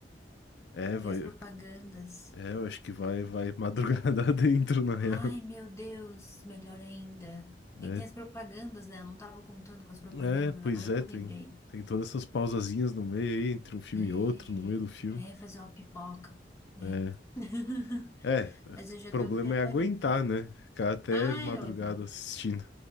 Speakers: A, on the left; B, on the left.
A: É,
B: Tem
A: vai.
B: as propagandas.
A: É, eu acho que vai, vai madrugada <laughs> dentro, na real,
B: Ai, meu Deus, melhor ainda.
A: né?
B: É que tem as propagandas, né? Eu não tava contando com as propagandas,
A: É, pois
B: agora
A: é,
B: que eu
A: tem,
B: lembrei.
A: tem todas essas pausazinhas no meio aí, entre um filme
B: É,
A: e outro, no meio do filme.
B: é fazer uma pipoca, né?
A: É,
B: <laughs>
A: é, o
B: Mas eu já
A: problema
B: tô me preparando.
A: é aguentar, né? Ficar até
B: Ai,
A: madrugada
B: eu aguento.
A: assistindo.